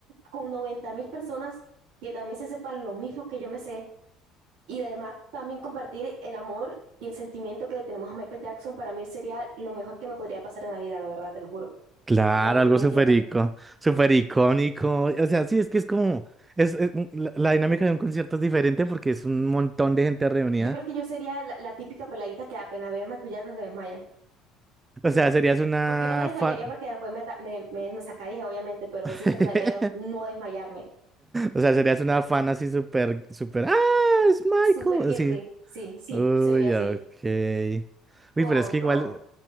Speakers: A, on the right (about 65°); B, on the right (about 20°).
A: con 90 mil personas que también se sepan lo mismo que yo me sé y además también compartir el amor y el sentimiento que le tenemos a Michael Jackson para mí sería lo mejor que me podría pasar en la vida, la verdad, te lo juro.
B: Claro,
A: No estoy
B: algo
A: mintiendo.
B: súper ico- súper icónico. O sea, sí, es que es como, es, es un- la, la dinámica de un concierto es diferente porque es un montón de gente reunida.
A: Yo creo que yo sería la, la típica peladita que apenas veo maquillaje se desmaya.
B: O sea, serías una
A: Aunque no me desmayaría
B: fan.
A: porque después me, ta- me, me, me sacarían, obviamente, pero
B: <laughs>
A: sí trataría de no desmayarme.
B: O sea, serías una fan así súper, súper. ¡Ah! Es Michael.
A: Super girly.
B: Así.
A: Sí, sí,
B: Uy,
A: sería así.
B: ok.
A: Con,
B: Uy, pero es que
A: con,
B: igual,